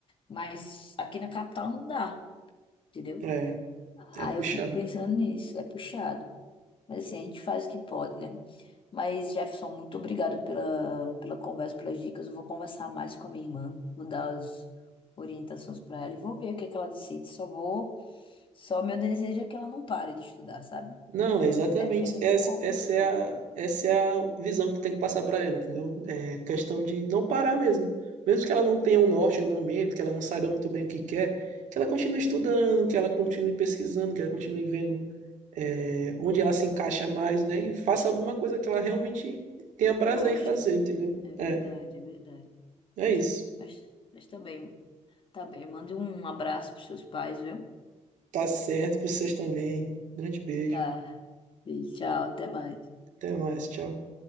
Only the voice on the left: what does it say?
mas aqui na capital não dá, entendeu?
Aí
eu fico pensando nisso, é puxado. Mas assim, a gente faz o que pode, né? Mas, Jefferson, muito obrigado pela, pela conversa, pelas dicas. Eu vou conversar mais com a minha irmã, vou dar as orientações para ela e vou ver o que é que ela decide. Só vou, só meu desejo é que ela não pare de estudar, sabe?
independente
de qual
curso for.
É,
gosto,
né?
É
verdade, é verdade.
Mas, mas também, tá bem. Mande um abraço pros seus pais, viu?
Tá. E tchau, até mais.